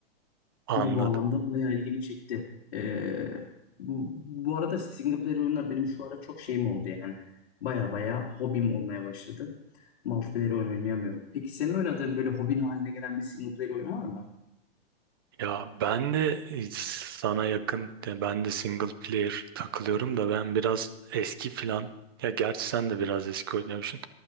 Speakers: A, on the right; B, on the left.
A: Anladım.
B: Bu bağlamda bayağı ilgimi çekti. Ee, bu, bu arada single player oyunlar benim şu ara çok şeyim oldu yani. Baya baya hobim olmaya başladı. Multiplayer oyun oynayamıyorum. Peki senin oynadığın böyle hobin haline gelen bir single player oyun var mı?
A: Ya ben de sana yakın yani ben de single player takılıyorum da ben biraz eski filan ya gerçi sen de biraz eski oynuyormuşsun.